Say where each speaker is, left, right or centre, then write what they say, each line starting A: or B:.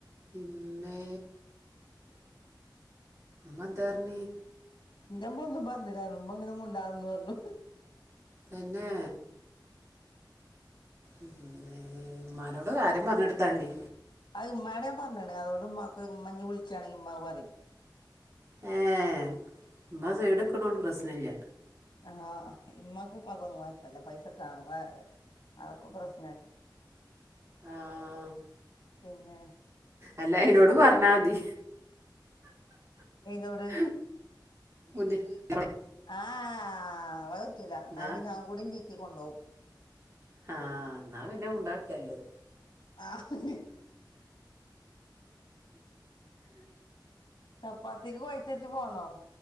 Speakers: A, on the right (about 35°); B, on the left (about 65°).
A: ഇമ്മെ ഇമ്മന്ത്യേ പർണീ
B: ൻ്റെമ്മൊന്നും പർഞ്ഞാലർഞ്ഞ് ഇമ്മങ്ങനെ മുണ്ടാന്നു അർഞ്ഞു
A: തന്നെ ഉം ഇമ്മാനോട് കാര്യം പർഞ്ഞൊട്ത്താണ്ടി
B: അത് ഇമ്മാട് ആൻ പർഞ്ഞീണ് അതോണ്ട് ഇമ്മാക്ക് ഇമ്മഞ്ഞ് വിൾച്ചാണെങി ഇമ്മാ പറിം
A: ഏഹ് ഇമ്മ സെയ്ടിക്കിണോണ്ട്
B: ഉം
A: പ്രസ്നല്ല്യ
B: ആഹ് ഇമ്മാക്കുപ്പാക്കൊന്നും കൊയ്പ്പല്ല പൈസട്ടാനാണ് ആഹ് അപ പ്രശ്
A: ആഹ്
B: പിന്നെ
A: അല്ല അയ്നോട് പർഞ്ഞാതി
B: എയ്തോട്
A: <unintelligible>
B: അഹ് വറ്റൂല
A: എന്നാ
B: ഇന്നാ പിന്ന ഔങ്കൂടിം പീക്കി കൊണ്ടോവും
A: ആഹ് ഇന്നാ പിന്നെ മുണ്ടാക്കല്ലെ
B: ആഹ് ചപ്പാത്തിക്ക് കൊഴ്ച്ചച്ച് പോന്നോ